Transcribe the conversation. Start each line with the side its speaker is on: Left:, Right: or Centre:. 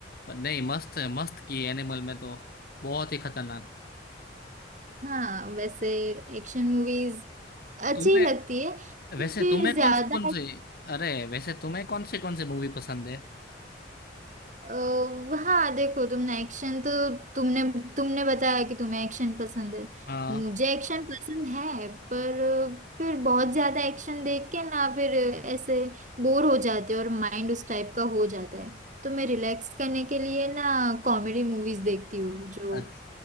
Left: पर नहीं मस्त है मस्त की है। एनिमल में तो बहुत ही खतरनाक
Right: हाँ वैसे एक्शन मूवीज अच्छी
Left: तुम्हें
Right: लगती है
Left: वैसे
Right: फिर
Left: तुम्हें
Right: ज्यादा
Left: कौन सी कौन सी अरे वैसे तुम्हें कौन सी कौन सी मूवी पसंद है
Right: अ, हाँ देखो तुमने एक्शन तो तुमने तुमने बताया कि तुम्हें एक्शन पसंद है
Left: हाँ
Right: मुझे एक्शन पसंद है पर अ, फिर बहुत ज्यादा एक्शन देख के ना फिर ऐसे बोर हो जाते हो और माइंड उस टाइप का हो जाता है तो मैं रिलैक्स करने के लिए ना कॉमेडी मूवीज देखती हूँ जो
Left: अच्छा